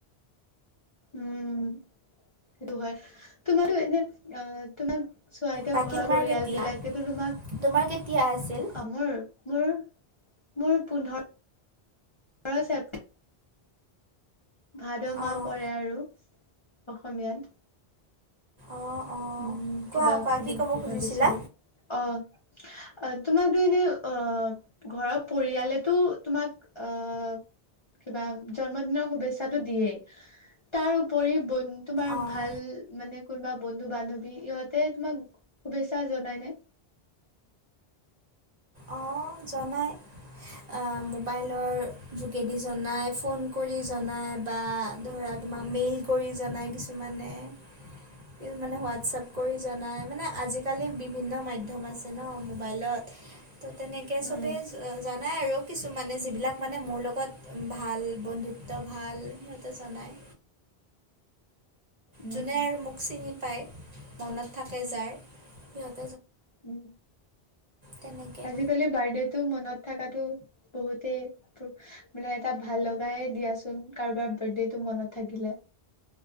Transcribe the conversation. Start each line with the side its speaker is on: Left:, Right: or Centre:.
Left: উম, সেইটো হয় তোমাৰো এনে অহ তোমাৰ চোৱা এতিয়া
Right: বাকী
Left: ঘৰৰ
Right: তোমাৰ
Left: পৰিয়াল
Right: কেতিয়া
Left: বিলাকেতো তোমাক
Right: তোমাৰ কেতিয়া আছিল
Left: অহ মোৰ- মোৰ মোৰ পোন্ধৰ ন্ধৰ ছেপ্টে ভাদ -মাহ
Right: অঁ
Left: পৰে আৰু। অসমীয়াত।
Right: অঁ অঁ
Left: উম,
Right: কোৱা
Left: কিবা
Right: কোৱা
Left: সুধিম
Right: কি ক'ব
Left: বুলি
Right: খুজিছিলা
Left: ভাবিছিলো অহ। অ', তোমাক দ এনে অ', ঘৰৰ পৰিয়ালেতো তোমাক অ', কিবা জন্মদিনৰ শুভেচ্ছা দিয়ে তাৰ ওপৰি বনি তোমাৰ
Right: অঁ
Left: ভাল মানে কোনোবা বন্ধু -বান্ধৱী ইহঁতে তোমাক শুভেচ্ছা জনাইনে?
Right: অ', জনাই অহ মোবাইলৰ যোগেদি জনাই ফোন কৰি জনায় বা ধৰা তোমাক মেইল কৰি জনায় কিছুমানে- কিছুমানে হোৱাটছআপ কৰি জনায় মানে আজিকালি বিভিন্ন মাধ্যম আছে ন' মোবাইলত। তেনেকে চবেই
Left: উম
Right: জনায় আৰু কিছুমানে যিবিলাক মানে মোৰ লগত ভাল বন্ধুত্ব ভাল। সিহঁতে জনাই।
Left: উম
Right: যোনে আৰু মোক চিনি পায়। মনত থাকে যাৰ। সিহঁত
Left: উ
Right: তেনেকৈ
Left: আজিকালি বাৰ্থডেটো মনত থাকাটো বহুতেই মানে এটা ভাল লগায়ে দিয়াচোন কাৰোবাৰ বাৰ্থডেটো মনত থাকিলে।